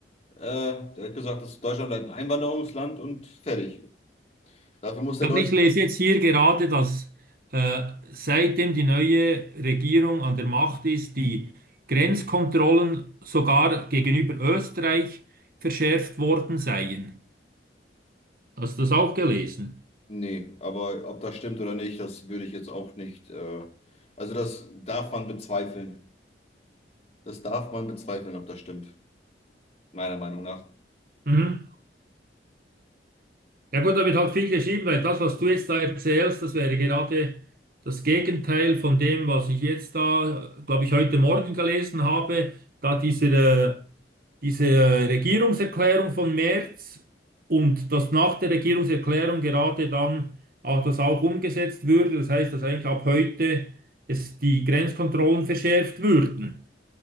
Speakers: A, on the left; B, on the right.
A: äh, der hat gesagt, dass Deutschland bleibt ein Einwanderungsland und fertig. Dafür muss der
B: Aber
A: Deutsche.
B: ich lese jetzt hier gerade, dass äh, seitdem die neue Regierung an der Macht ist, die Grenzkontrollen sogar gegenüber Österreich verschärft worden seien. Hast du das auch gelesen?
A: Nee, aber ob das stimmt oder nicht, das würde ich jetzt auch nicht. Äh, also das darf man bezweifeln. Das darf man bezweifeln, ob das stimmt, meiner Meinung nach.
B: Mhm. Ja gut, da wird halt viel geschrieben, weil das, was du jetzt da erzählst, das wäre gerade das Gegenteil von dem, was ich jetzt da, glaube ich, heute Morgen gelesen habe, da diese, äh, diese äh, Regierungserklärung von März und dass nach der Regierungserklärung gerade dann auch das auch umgesetzt würde. Das heißt, dass eigentlich ab heute es die Grenzkontrollen verschärft würden.